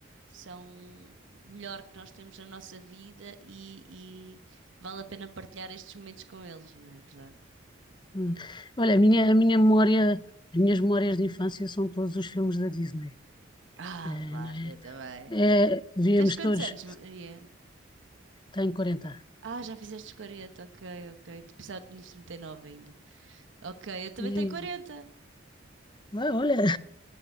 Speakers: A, on the right; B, on the left.
A: são o melhor que nós temos na nossa vida e, e vale a pena partilhar estes momentos com eles, não é verdade?
B: Hum. Olha, a minha, a minha memória, as minhas memórias de infância são todos os filmes da Disney.
A: Ah,
B: É,
A: claro,
B: não é?
A: eu também.
B: É, víamos
A: Tens quantos
B: todos,
A: anos, Maria?
B: tenho quarenta.
A: Ah, já fizeste os 40, ok, ok. Tu pensava nos 39 ainda. Ok, eu também
B: E,
A: tenho 40.
B: ah, olha. <laughs>